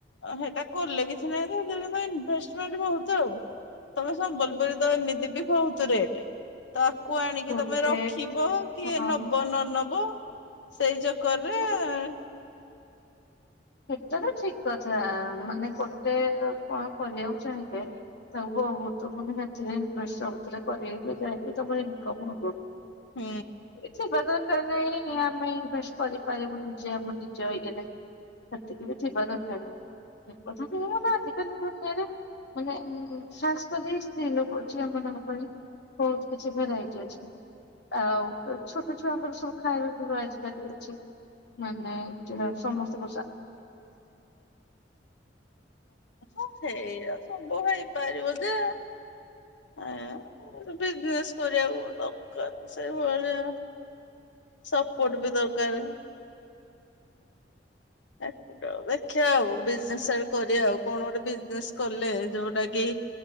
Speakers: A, on the left; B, on the left.
A: ହେଇଟା କଲେ କିଛି ନାହିଁ ଯେ, ହେତେରେ କିନ୍ତୁ ଇନଭେଷ୍ଟମେଣ୍ଟ ବହୁତ ଆଉ। ତମେ ସମ୍ବଲପୁରୀ ତ, ଏମିତି ବି ବହୁତ ରେଟ। ତାକୁ ଆଣିକି
B: ଗୋଟେ
A: ତମେ ରଖିବ, କିଏ
B: ହଁ
A: ନ ନବ ନ ନବ? ସେଇ ଚକରରେ
B: ନାଇଁ
A: ଏ
B: ସେଟା ତ ଠିକ କଥା, ମାନେ ଗୋଟେ କଣ କରିବାକୁ ଚାହିଁଲେ ତାକୁ ବହୁତୁ ମାନେ <unintelligible> ଇନଭେଷ୍ଟ ଆଉଥରେ <unintelligible> ଯାଇକି ତମର ଇନକମ୍ ହବ।
A: ହୁଁ।
B: <unintelligible> ଦରକାର୍ ନାହିଁ, ଆମେ ଇନଭେଷ୍ଟ କରିପାରିବୁ ନିଜେ ଆମ ନିଜେ ଇଏରେ। ସେତିକି ବି ଥିବା ଦରକାରେ, ସେକଥା ନୁହଁ ମାନେ ଆଜିିକାଲି ଦୁନିଆରେ ମାନେ ଉଁ <unintelligible> ସ୍ତ୍ରୀ ଲୋକ ଝିଅ ମାନଙ୍କ ପାଇଁ ବହୁତ୍ କିଛି ଭେରାଇଟି ଅଛି। ଆଉ ଛୋଟ ଛୁଆଙ୍କର ସବୁ ଖାଇବା ପିଇବା ଆଜିକାଲି ଅଛି। ମାନେ <unintelligible> ସମସ୍ତେ <inaudible>
A: ହଁ ସେଇୟା ସବୁ ହେଇପାରିବ ଯେ ଏଁ ବିଜନେସ୍ କରିବାକୁ ଦକାରେ ସେଇ ଭଳିଆ ସପୋର୍ଟ ବି ଦରକାରେ <inaudible> ଦେଖିଆ ଆଉ ବିଜନେସ୍ ଚାଲ୍ କରିଆ ଆଉ, କଣ ଗୋଟେ ବିଜନେସ୍ କଲେ ଯୋଉଟା କି